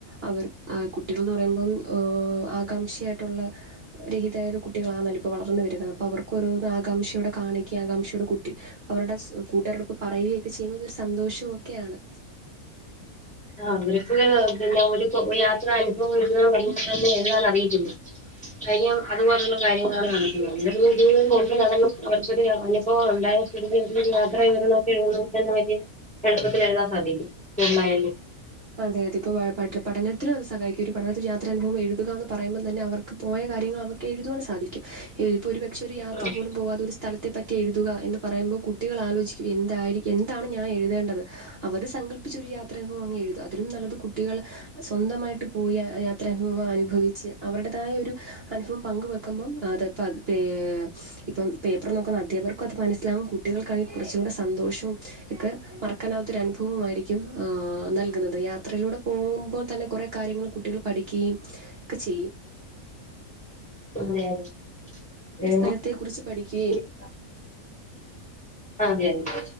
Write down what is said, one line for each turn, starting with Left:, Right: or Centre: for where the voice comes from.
Right: അവർ കുട്ടികൾ എന്ന് പറയുമ്പം ആകാംക്ഷയായിട്ടുള്ള രഹിതായ ഒരു കുട്ടികള് ആണ് അല്ലോ ഇപ്പൊ വളർന്നു വരുന്നത് അപ്പൊ അവർക്ക് ഓരോന്ന് ആകാംക്ഷോടെ കാണിക്ക ആകാംക്ഷയോട് കുട്ടി അവരുടെ കൂട്ടുകാരോട് ഒക്കെ പറയുകയൊക്കെ ചെയ്യുമ്പോ അതൊരു സന്തോഷവും ഒക്കെയാണ്
Centre: ആഹ് അവർക്ക് പിന്നെ ഒരു യാത്ര അനുഭവം എഴുതാൻ പറഞ്ഞ തന്നെ എഴുതാൻ അറിയത്തില്ല തയ്യം അതുപോലെയുള്ള കാര്യങ്ങളാണ് നടക്കുന്നത് നിലവിൽ ഇത് കൊണ്ട് നടന്ന് അവർക്ക്‌ ഒരു അനുഭവം ഒണ്ടായാ ഇടക്ക് ഇടക്ക് ഒര് യാത്ര ഇവരെ നോക്കി എഴുതാൻ <unintelligible> എളുപ്പത്തിൽ എഴുതാൻ സാധിക്കും എന്നായാലും
Right: അതെ അതെ ഇപ്പ പഠനത്തിലും അത് സഹായിക്കും ഒരു പഠനത്തിന് യാത്ര അനുഭവം എഴുതുക എന്ന് പറയുമ്പോ തന്നെ അവർ പോയ കാര്യങ്ങൾ അവക്ക് എഴുതുവാൻ സാധിക്കും ഇപ്പോ ഒരു പക്ഷെ ഒരു യാത്ര
Centre: അതെ
Right: പോലും പോകാതെ ഒരു സ്ഥല ത്തെ പറ്റി എഴുതുക എന്ന് പറയുമ്പം കുട്ടികള് ആലോചിക്കും എന്തായിരിക്കും എന്താണ് ഞാൻ എഴുതേണ്ടത് അവര് സങ്കല്പ്പിച്ച ഒരു യാത്ര അനുഭവം അങ്എഴു തു അതിലും നല്ലത് കുട്ടികൾ സ്വന്തമായിട്ട് പോയി യാത്രനുഭവം അനുഭവിച്ച് അവരുടേതായ ഒരു അനുഭവം പങ്ക് വെക്കുമ്പം അത്പ്പ പേ ഇപ്പം പേപ്പർ നോക്കുന്ന അധ്യാപർക്കും അത് മനസ്സിലാവും കുട്ടികൾക്കാണെങ്കി കുറച്ചും ടെ സന്തോഷവും ഒക്കെ മറ കാനാവത്തൊരു അനുഭവമായിരിക്കും നൽകുന്നത് അത് യാത്രയിലൂടെ പോകുമ്പോൾ തന്നെ കുറെ കാര്യങ്ങൾ കുട്ടികൾ പഠിക്കുകയും ഒക്കെ ചെയ്യും.
Centre: അതെ
Right: ഒരു സ്ഥലത്തെക്കുറിച്ച് പഠിക്കുകയും
Centre: <unintelligible> അതെ അതെ